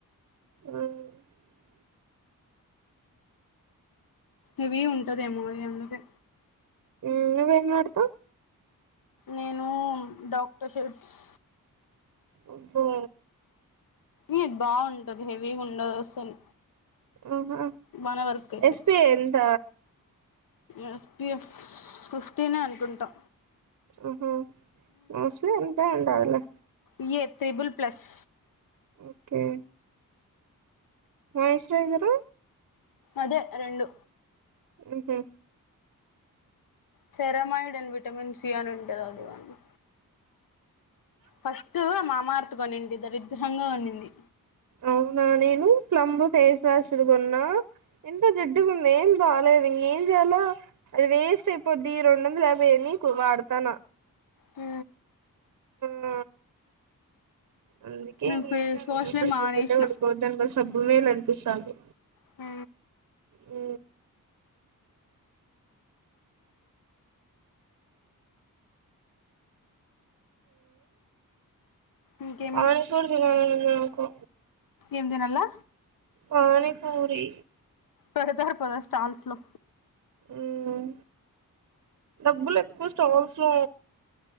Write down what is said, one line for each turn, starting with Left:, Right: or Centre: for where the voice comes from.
Right: వన్
Left: ఇవి ఉంటదేమో అని అందుకే
Right: ఉ నువ్వేం వాడుతావ్
Left: నేను డాక్టర్ స్పిరిట్స్
Right: అబ్బో
Left: ఉ బాగుంటది హెవీగా ఉండదు అసలు
Right: ఆహా
Left: బానే వర్క్ అయితది
Right: ఎస్పిఐ ఎంత
Left: ఎస్పిఎఫ్ ఫిఫ్టీనే అనుకుంటా
Right: ఆహా మోస్ట్లీ అంతే ఉంటదిలే
Left: ఇఏ త్రిబుల్ ప్లస్
Right: ఓకే మాయిశ్చరైజర్
Left: అదే రెండు
Right: ఉహు
Left: సెరమైడన్ విటమిన్ సీ అని ఉ ఫస్ట్ మమర్త్ కొని దరిద్రంగా ఉండింది
Right: అవునా నేను ప్లంబు ఫేస్ వాష్ ది కోన్నా ఎంత జిడ్డు గున్ ఎం బాలేదు ఇంకేం చేయాలో అది వేస్ట్ అయిపోద్ది రెండు వందల యాభై అనీ వాడతన్న
Left: హు
Right: ఆ అందుకే
Left: నేను
Right: ఇంకేం
Left: ఫేస్
Right: చేయాలా
Left: వాష్లే
Right: ఇంగోసారి
Left: మానేసిన
Right: బుద్ధి ఉంటే కొనుక్కోవద్దు అని సబ్బు మేలునిపిస్థాంది
Left: హు
Right: ఉ
Left: ఇంకేమి
Right: ఆ వానికి కూడ చూడలనుం నాకు
Left: ఏం దినల్లా
Right: పాని పూరి
Left: పెడతారు పా స్టాల్స్ లో
Right: మ్మ్ డబ్బులు ఎక్కువ స్టాల్స్ లో